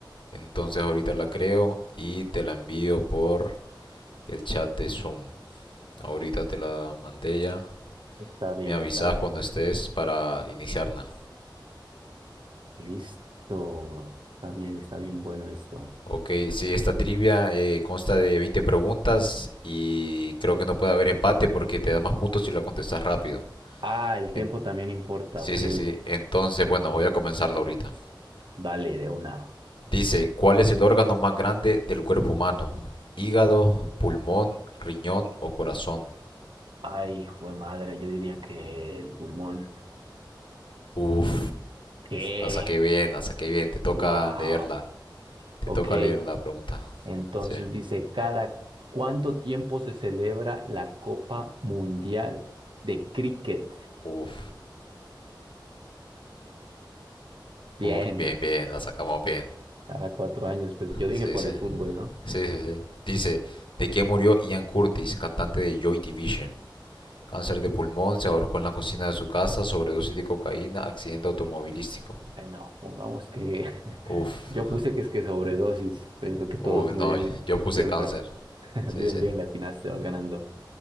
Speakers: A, on the left (about 85°); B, on the right (about 75°).
A: Entonces ahorita la creo y te la envío por el chat de Zoom. Ahorita te la mandé ya.
B: Está bien,
A: Me avisas
B: está bien.
A: cuando estés para iniciarla.
B: Listo. Está bien, está bien bueno esto.
A: Ok, sí, esta trivia eh, consta de 20 preguntas y creo que no puede haber empate porque te da más puntos si la contestas rápido.
B: Ah, el tiempo
A: En-
B: también importa,
A: Sí,
B: ok.
A: sí, sí. Entonces, bueno, voy a comenzarlo ahorita.
B: Vale, de una.
A: Dice, ¿cuál es el órgano más grande del cuerpo humano? ¿Hígado, pulmón, riñón o corazón?
B: Ay, jue madre, yo diría que el pulmón.
A: Uf,
B: ¿Qué?
A: la saqué bien, la saqué bien. Te toca
B: Wow.
A: leerla. Te
B: Ok.
A: toca leer la pregunta.
B: Entonces
A: Sí.
B: dice, ¿cada cuánto tiempo se celebra la Copa Mundial de Cricket?
A: Uf,
B: Bien,
A: uf, bien, bien, la sacamos bien.
B: cada cuatro años. Pues yo dije
A: Sí,
B: por
A: sí,
B: el fútbol, ¿no?
A: sí, sí, sí. Dice, ¿de qué murió Ian Curtis, cantante de Joy Division? Cáncer de pulmón, se ahorcó en la cocina de su casa, sobredosis de cocaína, accidente automovilístico.
B: Eh, No, pongamos que <laughs>
A: Uf,
B: yo puse que es que sobredosis. Pensó que todos
A: uf,
B: murieron
A: no, yo puse
B: siempre.
A: cáncer. Sí,
B: Bien,
A: sí.
B: bien, le atinaste, vas ganando.